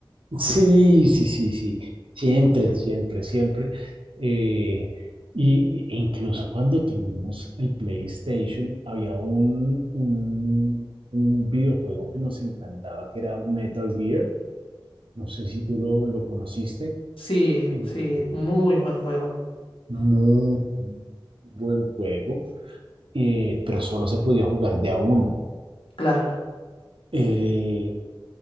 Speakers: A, on the right; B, on the left.
A: sí, sí, sí, sí, siempre, siempre, siempre. eh, y e incluso cuando tuvimos el PlayStation, había un, un, un videojuego que nos encantaba, que era Metal Gear. No sé si tú lo, lo conociste
B: Sí,
A: eh,
B: sí,
A: eh,
B: muy buen juego.
A: muy buen juego, eh, pero solo se podía jugar de a uno.
B: Claro,
A: Eh,